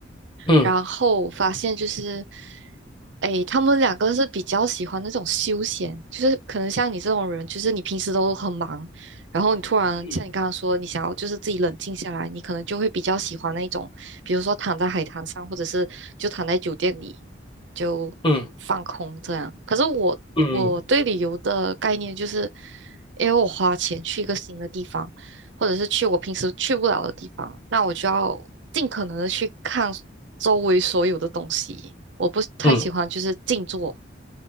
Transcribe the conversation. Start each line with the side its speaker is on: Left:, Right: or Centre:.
Left: 嗯
Right: 然后发现就是，诶，他们两个是比较喜欢那种休闲，就是可能像你这种人，就是你平时都很忙，然后你突然像你刚刚说，
Left: 嗯
Right: 你想要就是自己冷静下来，你可能就会比较喜欢那种，比如说躺在海滩上，或者是就躺在酒店里就放空这样。
Left: 嗯
Right: 可是我我对旅游的概念就是，
Left: 嗯
Right: 因为我花钱去一个新的地方。或者是去我平时去不了的地方，那我就要尽可能的去看周围所有的东西。我不太喜欢就是静坐，
Left: 嗯，